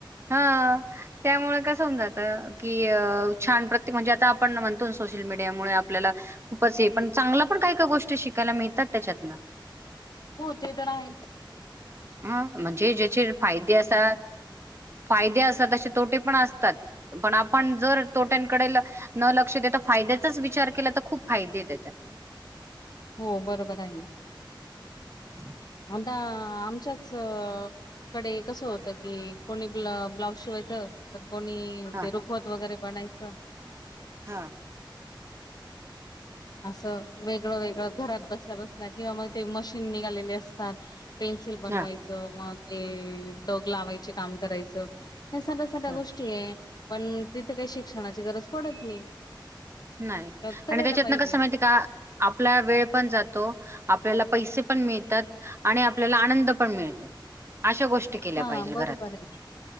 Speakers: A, on the right; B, on the left.
A: हा त्यामुळे कस होऊन जात. की छान प्रत्येक म्हणजे आता आपण म्हणतो सोशल मीडिया मु आपल्याला खूपच हे पण. चांगलं पण काय काय गोष्टी शिकायला मिळतात. त्याच्यातनं.
B: हो ते तर नाहीच.
A: अं म्हणजे ज्याचे फायदे असात फादे असतात असे तोटे पण असतात पण आपण जर तोट्यांकडे न लक्ष दता फा फायद्याचाच विचार केला तर खूप फायदे त्याच्या
B: हो बरोबर आहे
A: हम्म
B: आता आमच्याचं कडे कसं होत की, कोणी ब्ल ब्लाउज शिवायचं तर कोणी
A: हां,
B: ते रुखवत वगैरे बनायचं.
A: हां
B: असं वेगळं वेगळं, घरात बसल्या बसल्या, किंवा मग ते मशीन निघालेले असतात. पेन्सिल बनवायचं,
A: हां,
B: मग ते डग लावायचे काम करायचं. हे साध्या साध्या
A: हां.
B: गोष्टी हे, पण तिथे काही शिक्षणाची गरज पडत नाही.
A: नाही,
B: तर करायला
A: आणि त्याच्यातनं
B: पाहिजे
A: कस माइते का आपला वेळ पण जातो. आपल्याला पैसे पण मिळतात, आणि आपल्याला आनंद पण मिळतो. अशा गोष्टी केल्या
B: हां
A: पाहिजेल
B: बरोबर
A: घरात.
B: आय.